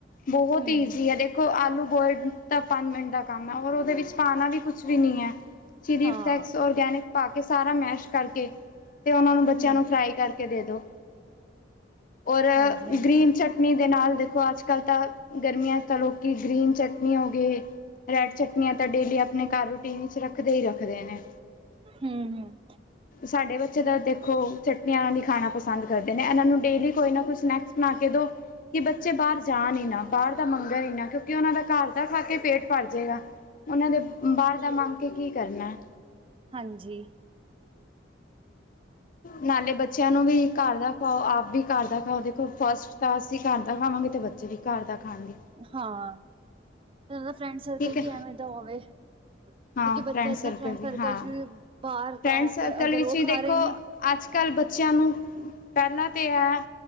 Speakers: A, on the left; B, on the right.
A: ਬਹੁਤ
B: ਹਮ
A: ਹੀ ਈਜੀ ਆ ਦੇ ਦੇਖੋ ਆਲੂ ਬੋਇਲਡ, ਦਾ ਪੰਜ ਮਿੰਟ ਦਾ ਕੰਮ ਐ ਔਰ ਉਹਦੇ ਵਿੱਚ ਪਾਣਾ ਵੀ ਕੁਛ ਵੀ ਨਈ ਐ। ਚਿਲੀ
B: ਹਾਂ
A: ਫਲੈਕਸ, ਔਰਗੈਨਿਕ, ਪਾ ਕੇ ਸਾਰਾ ਮੈਸ਼ ਕਰਕੇ। ਤੇ ਉਹਨਾਂ ਨੂੰ ਬੱਚਿਆਂ
B: ਹਮ
A: ਨੂੰ ਫਰਾਈ ਕਰਕੇ ਦੇ ਦੋ। ਔਰ,
B: ਹਾਂਜੀ ਹਾਂਜੀ
A: ਗ੍ਰੀਨ ਚੱਟ ਨੀ ਦੇ ਨਾਲ ਦੇਖੋ ਅੱਜ-ਕੱਲ ਤਾਂ, ਗਰਮੀਆਂ ਤਾਂ ਲੋਕੀ ਗ੍ਰੀਨ ਚਟਨੀ ਹੋ ਗਈ। ਰੈਡ ਚਟਨੀਆਂ ਤਾਂ ਡੇਲੀ ਆਪਣੇ ਘਰ ਰੂਟੀਨ ਚ ਰੱਖਦੇ ਹੀ ਰੱਖਦੇ ਨੇ।
B: ਹਮ ਹਮ
A: ਸਾਡੇ ਬੱਚੇ ਦਾ ਦੇਖੋ, ਚਟਨੀਆਂ ਨਾਲ ਹੀ ਖਾਣਾ ਪਸੰਦ ਕਰਦੇ ਨੇ ਇਹਨਾਂ ਨੂੰ ਡੇਲੀ ਕੋਈ ਨਾ ਕੋਈ ਸਨੈਕਸ ਬਣਾ ਕੇ ਦੋ, ਕਿ ਬੱਚੇ ਬਾਰ ਜਾਣ ਈ ਨਾ। ਬਾਰ ਦਾ ਮੰਗਣ ਈ ਨਾ ਕਿਉਂਕਿ ਉਹਨਾਂ ਦਾ ਘਰ ਤਾ ਖਾ ਕੇ ਪੇਟ ਭਰ ਜੇਗਾ, ਉਹਨਾਂ ਨੇ ਬਾਰ ਦਾ ਮੰਗ ਕੇ ਕੀ ਕਰਨਾ।
B: ਹਾਂਜੀ।
A: ਨਾਲੇ ਬੱਚਿਆਂ ਨੂੰ ਵੀ, ਘਰ ਦਾ ਖਾਓ ਆਪ ਵੀ ਘਰ ਦਾ ਖਾਓ ਦੇਖੋ ਫਸਟ ਤਾਂ ਅਸੀਂ ਘਰ ਦਾ ਖਾਵਾਂਗੇ ਤਾਂ ਬੱਚੇ ਵੀ ਘਰ ਦਾ ਖਾਣਗੇ।
B: ਹਾਂ, ਉਹਨਾਂ ਦਾ ਫਰੈਂਡ ਸਰਕਲ
A: ਠੀਕ ਹੈ
B: ਵੀ ਐਵੇਂ ਦਾ ਹੋਵੇ। ਕਿਉਂਕਿ
A: ਹਾਂ
B: ਬੱਚੇ ਅੱਜ ਕੱਲ੍ਹ ਫਰੈਂਡ
A: ਵੀ
B: ਸਰਕਲ
A: ਹਾਂ
B: ਚ ਵੀ ਬਾਹਰ
A: ਫਰੈਂਡ
B: ਦਾ ਹੋ
A: ਸਰਕਲ
B: ਅਗਰ
A: ਵਿੱਚ
B: ਉਹ
A: ਵੀ
B: ਖਾ
A: ਦੇਖੋ
B: ਰਹੇ ਨੇ
A: ਅੱਜ ਕੱਲ੍ਹ ਬੱਚਿਆਂ ਨੂੰ ਪਹਿਲਾਂ ਤਾਂ ਹੈ